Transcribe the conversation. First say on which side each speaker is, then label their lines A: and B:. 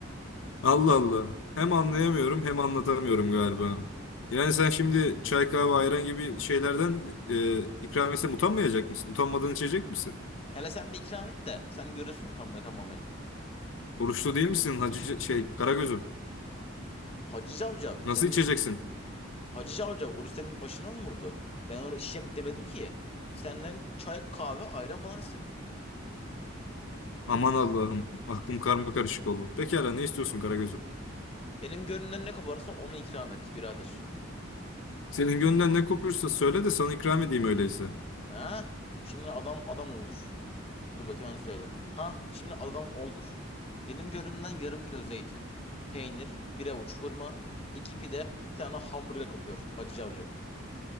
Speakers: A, on the left; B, on the left.
A: Allah Allah. Hem anlayamıyorum hem anlatamıyorum galiba. Yani sen şimdi çay kahve ayran gibi şeylerden e, ikram etsem utanmayacak mısın? Utanmadan içecek misin?
B: Hele sen bir ikram et de sen görürsün utanmayı utanmamayı.
A: Oruçlu değil misin hacı şey Karagöz'üm?
B: Hacı Cavcav senin
A: Nasıl içeceksin?
B: Hacı Cavcav oruç senin başına mı vurdu? Ben onu içeceğim demedim ki. Senden çay kahve ayran falan istedim.
A: Aman Allah'ım aklım karma karışık oldu. Pekala ne istiyorsun Karagöz'üm?
B: Benim gönlümden ne koparsan onu ikram et birader.
A: Senin gönlünden ne kopuyorsa söyle de sana ikram edeyim öyleyse.
B: Ha? Şimdi adam adam oldur. Dur bakayım onu söyledim. Ha? Şimdi adam oldur. Benim gönlümden yarım kilo zeytin, peynir, bir avuç hurma, iki pide, bir tane hamburger kopuyor Hacı Cavcav.